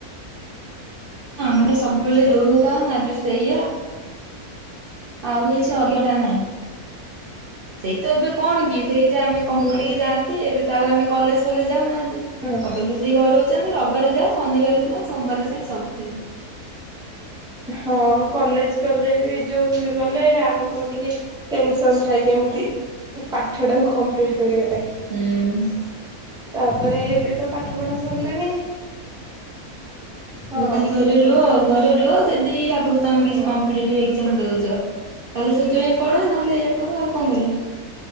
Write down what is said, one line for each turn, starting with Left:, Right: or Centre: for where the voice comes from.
Right: ଆମର ସବୁବେଳେ ଧଉ ବା ନ ହେଲେ ସେଇଆ ଆଉ କିଛି ଅଜଟା ନାହିଁ ସେଇ ତ ଏବେ କଣ କି ସେଇ ଯେ ଆମେ କମ୍ପୁଟର
Centre: ଭଲ
Right: ଟିକେ
Centre: କଥା
Right: ଯାଆନ୍ତି ଏବେ ତ ଆଉ ଆମେ କଲେଜ ଫଲେଜ ଯାଉନାହାନ୍ତି ସବୁବେଳେ
Centre: ହଁ
Right: ତ ସେଇ ଘରେ ହଉଛନ୍ତି ରବିବାର ଯା ଶନିବାର ଯାହା ସୋମବାର ସେୟା ସବୁ ସେଇ
Centre: ହଁ କଲେଜ ଗଲେ ବି ଯୋଉ ଇ କଲେ ଆମକୁ ବି ଟିକେ ଟେନସନ ଥାଏ କେମିତି
Right: ହୁଁ
Centre: ପାଠ
Right: ହୁଁ।
Centre: ଟାକୁ କମ୍ପ୍ଲିଟ କରିବା ପାଇଁ
Right: ହୁଁ
Centre: ତାପରେ ଏବେ ତ ପାଠ ପଢା ସରିଲାଣି ହଁ
Right: କାଲି ଘରେ
Centre: କୁହ
Right: ରୁହ ଆ ଘରେ ରୁହ ଯଦି ଆଗକୁ ତମେ
Centre: ହଁ
Right: କିଛି କମ୍ପିଟେଟିଭ୍ ଏକ୍ଜାମ୍ ଦଉଛ ତାହେଲେ ସେଥିପାଇଁ ପଢ ନହେଲେ ଇଆ କର ଆଉ କଣ କରିବା